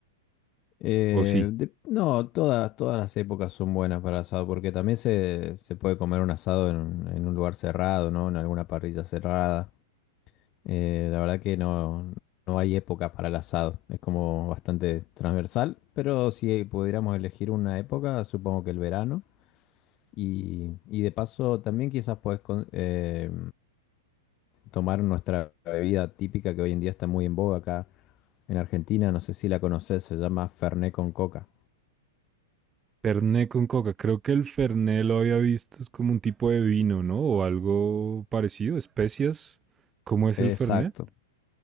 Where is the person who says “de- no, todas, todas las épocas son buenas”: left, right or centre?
Left